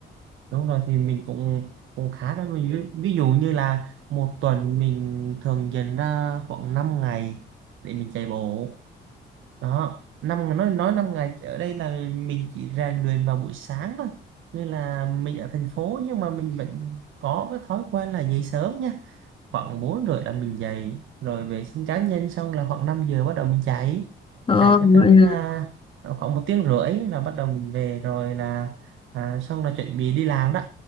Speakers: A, on the right (about 80°); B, on the left (about 25°).
A: Đúng rồi thì mình cũng cũng khá đó mình ví, ví dụ như là một tuần mình thường dành ra khoảng 5 ngày để mình chạy bộ đó năm nói nói 5 ngày ở đây là mình chỉ rèn luyện vào buổi sáng thôi như là mình ở thành phố nhưng mà mình vẫn có cái thói quen là dậy sớm nha khoảng 4 rưỡi là mình dậy rồi vệ sinh cá nhân xong là khoảng 5 giờ bắt đầu mình chạy
B: Ờ,
A: chạy cho
B: vậy
A: tới
B: là-
A: à, khoảng một tiếng rưỡi là bắt đầu mình về rồi là à, xong là chuẩn bị đi làm đó